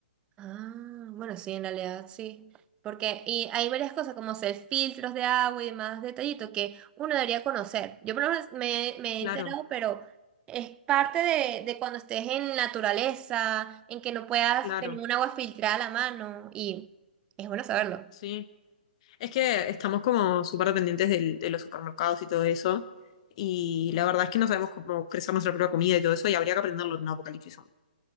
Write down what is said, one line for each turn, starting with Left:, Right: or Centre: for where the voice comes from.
Right: Ah, bueno, sí, en realidad sí. Porque y hay varias cosas como hacer filtros de agua y más detallitos que uno debería conocer. Yo por lo menos me, me he
Left: Claro,
Right: enterado, pero es parte de, de cuando estés en naturaleza, en que no puedas
Left: claro,
Right: tener un agua filtrada a la mano y es bueno saberlo.
Left: sí. Es que estamos como súper dependientes del- de los supermercados y todo eso, y la verdad es que no sabemos cómo crecer nuestra propia comida y todo eso, y habría que aprenderlo en un apocalipsis zombie,